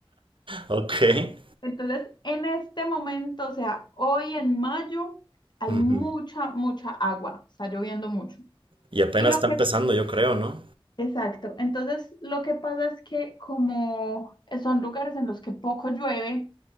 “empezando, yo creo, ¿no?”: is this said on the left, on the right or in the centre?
Right